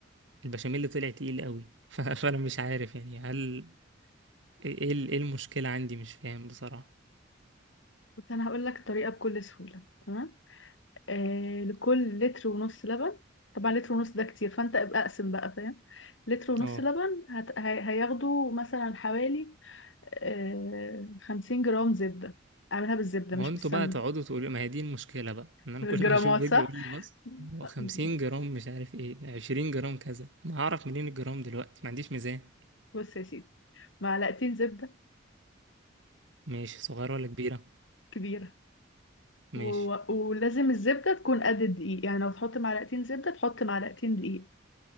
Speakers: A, on the right; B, on the left.
A: البشاميل اللي طلع تقيل قوي <laughs> ف- فأنا مش عارف يعني هل إيه إيه المشكلة عندي مش فاهم بصراحة
B: بس انا هقول لك الطريقه بكل سهوله تمام آه لكل لتر ونص لبن طبعا لتر ونص ده كتير فانت ابقى اقسم بقى فاهم لتر ونص
A: اه
B: لبن هت... هي- هياخدوا مثلا حوالي آه 50 جرام زبده اعملها بالزبده
A: ما
B: مش
A: هو انتوا
B: بالسمنه
A: بقى تقعدوا تقولوا ما هي دي المشكلة بقى ان انا
B: بالجرامات
A: كل ما اشوف فيديو
B: صح
A: يقول لي بص هو
B: <laughs>
A: 50 جرام مش عارف ايه 20 جرام كذا ما هعرف منين الجرام دلوقتي ما عنديش ميزان
B: بص يا سيدي معلقتين زبدة
A: ماشي صغيرة ولا كبيرة
B: كبيرة
A: ماشي
B: و... ولازم الزبدة تكون قد الدقيق يعني لو تحط معلقتين زبدة تحط معلقتين دقيق